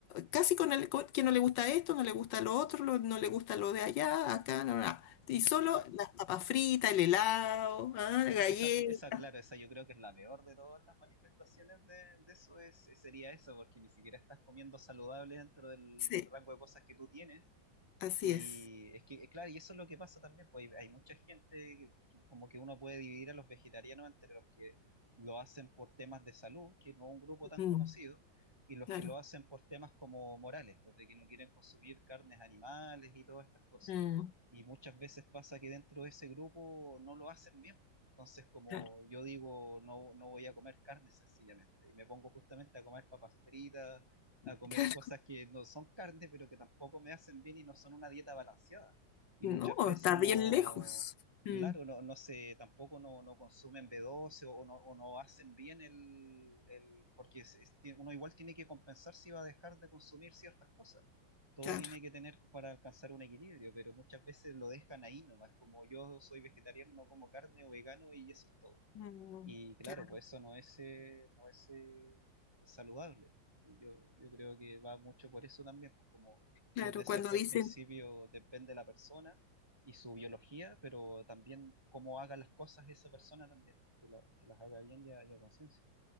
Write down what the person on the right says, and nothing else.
claro.
Esa,
esa, esa, claro, esa yo creo que es la peor de todas las manifestaciones de, de eso, es, sería eso, porque ni siquiera estás comiendo saludable dentro del,
del rango de cosas que tú tienes.
Y
es que, eh, claro, y eso es lo que pasa también, pues hay hay mucha gente, que- como que uno puede dividir a los vegetarianos entre los que lo hacen por temas de salud, que no es un grupo tan
conocido, y los
que lo hacen por temas como morales, pues de que no quieren consumir carnes animales y todas estas cosas.
Y muchas veces pasa que dentro de ese grupo no lo hacen bien. Entonces, como
yo digo, no, no voy a comer carne sencillamente, y me pongo justamente a comer papas fritas
a comer
cosas que no son carne, pero que tampoco me hacen bien y no son una dieta balanceada. Y
muchas veces
no,
claro, no, no sé, tampoco no, no consumen B12 o no, o no hacen bien el, el- porque es- es- tie- uno igual tiene que compensar si va a dejar de consumir ciertas cosas. Todo
tiene que tener para alcanzar un equilibrio, pero muchas veces lo dejan ahí nomás, como yo soy vegetariano, no como carne o vegano y eso es todo.
Y claro,
pues eso no es, eh, no es, eh, saludable. Yo, yo creo que va mucho por eso también, pues como
tú decías
tú
al principio, depende de la persona y su biología, pero también cómo haga las cosas esa persona también, que, lo- que las haga bien y a, y a conciencia.